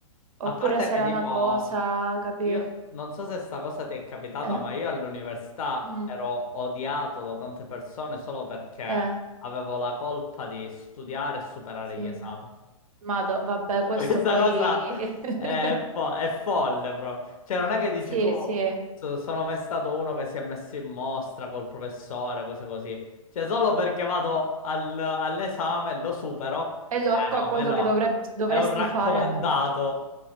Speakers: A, on the right; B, on the left.
A: oppure
B: A parte
A: se
B: che
A: era
B: tipo,
A: una cosa, capi?
B: Io non so se sta cosa ti è capitata,
A: Eh,
B: ma io all'università
A: mm,
B: ero odiato da tante persone solo perché
A: eh,
B: avevo la colpa di studiare e superare
A: sì.
B: gli esami. <laughs>
A: Ma vabbè,
B: Cioè,
A: questo
B: Questa
A: poi...
B: cosa
A: <laughs>
B: è, fo- è folle proprio. Cioè, non è che dici
A: Sì,
B: tu,
A: sì.
B: "So- sono mai stato uno che si è messo in mostra col professore, cose così. Cioè, solo perché vado al- all'esame e lo supero,
A: È lo-
B: eh
A: co-
B: no,
A: quello
B: quello
A: che dovreb- dovresti
B: è un raccomandato.
A: fare. al-